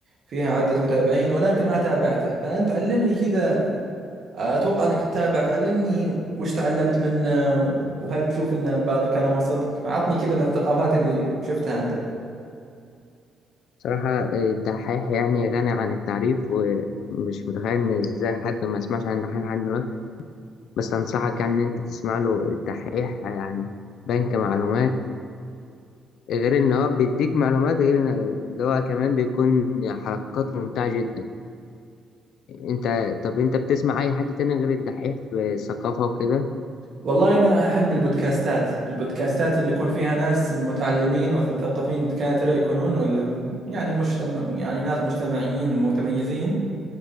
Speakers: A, on the right (about 55°); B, on the left (about 75°).
A: فيها عدة متابعين ولكن ما تابعته فأنت علمني كذا أتوقع أنك تتابع فعلمني وش تعلمت منه وهل تشوف أن بعض كلامه صدق فعطني كذا من الثقافات اللي شفتها عنده
B: بصراحة آه، الدحيح يعني غني عن التعريف ومش متخيل ان ازاي حد ما يسمعش عن الدحيح لحد دلوقتي بس انصحك يعني ان انت تسمع له الدحيح يعني بنك معلومات غير ان هو بيديك معلومات غير إن- اللي هو كمان بيكون حركات ممتعة جدا انت طب انت بتسمع اي حد تاني غير الدحيح في الثقافة وكده؟
A: والله أنا أحب البودكاستات البودكاستات اللي يكون فيها ناس متعلمين ومثقفين دكاترة يكونون ولا م- يعني مجتمع يعني ناس مجتمعيين متميزين